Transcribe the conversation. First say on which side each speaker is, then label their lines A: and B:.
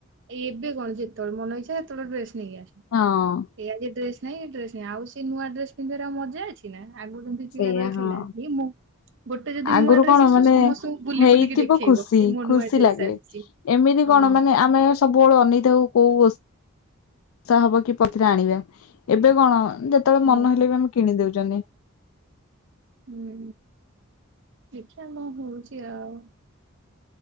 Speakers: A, on the right; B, on the left.
A: ଏ ଏବେ କଣ ଯେତେବେଳେ ମନେ ହେଇଛା ସେତେବେଳେ ଡ୍ରେସ ନେଇକି ଆସ
B: ହଁ
A: ଏ ଆଜି ଡ୍ର ନାଇଁ ଏଇ ଡ୍ରେସ ଆଉ ସେ ନୂଆ ଡ୍ରେସ ପିନ୍ଧିବାର ଆଉ ମଜା ଅଛି ନା ଆଗରୁ ଯେମିତି
B: ସେଇଆ
A: ପିଲାବେଳେ ଥିଲା
B: ହଁ।
A: ମୁଁ ଗୋଟେ ଯଦି
B: ଆଗରୁ
A: ନୂଆ ଡ୍ରେସ
B: କଣ
A: ଆସିବ
B: ମାନେ
A: ସମସ୍ତଙ୍କୁ ବୁଲି
B: ହେଇଥିବ
A: ବୁଲିକି ଦେଖେଇବ
B: ଖୁସି
A: ଏଇ ମୁୋ
B: ଖୁସି
A: ନୂଆ ଡ୍ରେସ
B: ଲାଗେ।
A: ଆସିଛି।
B: ଏମିତି
A: ହଁ।
B: କଣ ମାନେ ଆମେ ସବୁବେଳେ ଅନିତାଉ କୋଉ ବସି ଆଷା ହବ କି ପଥରେ ଆଣିବା ଏବେ କଣ ଯେତେବେଳେ
A: ହଁ।
B: ମନ ହେଲେ ବି ଆମେ କିଣିଦଉଛୁ। <unintelligible>
A: ହୁଁ ଦେଖିବା କଣ ହଉଛି ଆଉ।